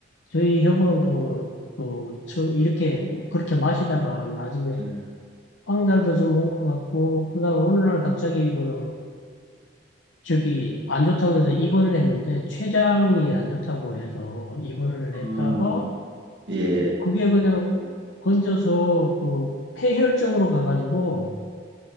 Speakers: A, on the left (about 80°); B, on the right (about 65°).
A: 저희 협원도 그, 그 처음 이렇게, 그렇게 마시다가 나중에
B: 음.
A: 황달도 좀 온 것 같고, 그러다가 어느 날 갑자기 그, 저기 안 좋다고 해서 입원을 했는데, 췌장이 안 좋다고 해서 입원을
B: 아,
A: 했다가,
B: 예,
A: 그게 그냥 건져서 그 폐혈증으로 가가지고